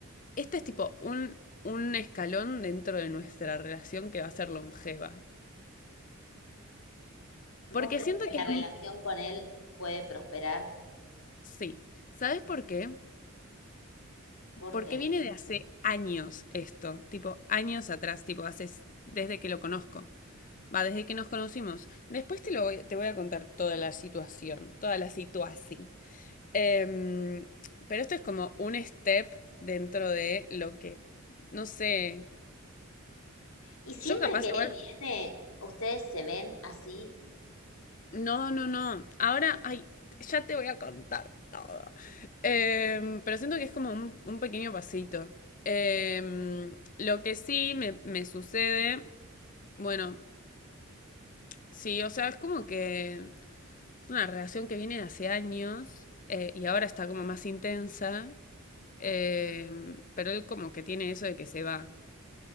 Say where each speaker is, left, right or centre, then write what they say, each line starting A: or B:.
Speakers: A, on the left (about 40°); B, on the left (about 75°).
A: este es tipo un, un escalón dentro de nuestra relación que va a ser longeva.
B: ¿Vos
A: Porque
B: crees
A: siento
B: que
A: que
B: la
A: es...
B: relación
A: mu-
B: con él puede prosperar?
A: Sí. ¿Sabes por qué?
B: ¿Por
A: Porque
B: qué?
A: viene de hace años esto, tipo años atrás, tipo hace s- desde que lo conozco. Va, desde que nos conocimos. Después te lo voy, te voy a contar toda la situación, toda la situación. Em, pero esto es como un step dentro de lo que, no sé,
B: Y siempre
A: yo capaz
B: que
A: igual
B: él viene, ustedes se ven así
A: No, no, no. Ahora, ay, ya te voy a contar todo. Em, pero siento que es como un, un pequeño pasito. Em, lo que sí me, me sucede, bueno, sí, o sea, es como que es una relación que viene de hace años eh, y ahora está como más intensa, em, pero él como que tiene eso de que se va.